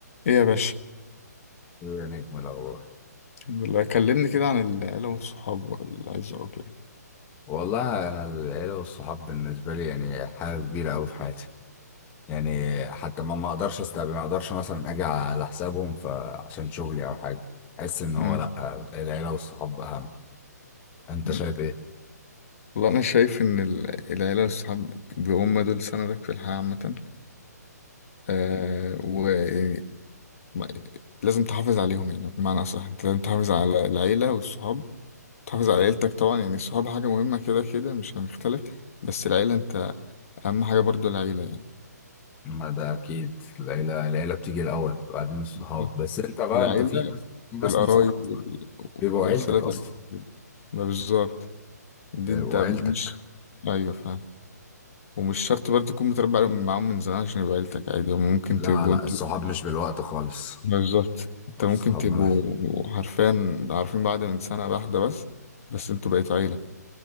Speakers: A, on the left (about 55°); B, on the left (about 15°).
A: ايه يا باشا
B: يا نجم الأخبار
A: الحمد لله كلمني كده عن العيلة والصحاب والعزة وكده
B: والله أنا العيلة والصحاب بالنسبة لي يعني حاجة كبيرة أوي في حياتي يعني حتى ما ما أقدرش أستقبل ما أقدرش مثلا أجي على حسابهم فعشان شغلي أو حاجة أحس إن هو
A: امم
B: لأ العيلة والصحاب أهم أنت
A: أمم.
B: شايف إيه؟
A: والله انا شايف ان ال- العيلة والصحاب بيهم دول سندك في الحياة عامة آه ويعني ما- لازم تحافظ عليهم يعني بمعنى اصح انت لازم تحافظ على العيلة والصحاب تحافظ على عيلتك طبعا يعني الصحاب حاجة مهمة كده كده مش هنختلف بس العيلة انت اهم حاجة برضو العيلة يعني
B: ما ده أكيد العيلة العيلة بتيجي الأول بعدين الصحاب
A: بالظبط
B: بس أنت بقى
A: العيلة
B: أنت في في ناس
A: والقرايب
B: من صحابك
A: وال-
B: بيبقوا
A: وصلة
B: عيلتك أصلا
A: الرحم. ما بالظبط دي
B: بيبقوا
A: انت مش
B: عيلتك
A: ايوه فاهم ومش شرط برضه تكون متربي عليهم- معاهم من زمان عشان يبقى عيلتك عادي هم ممكن
B: لا
A: تبقوا
B: لا
A: انتوا
B: الصحاب مش بالوقت خالص
A: بالظبط انت
B: الصحاب
A: ممكن تبقوا
B: ملهاش
A: حرفيا عارفين بعض من سنة واحدة بس بس انتوا بقيتوا عيلة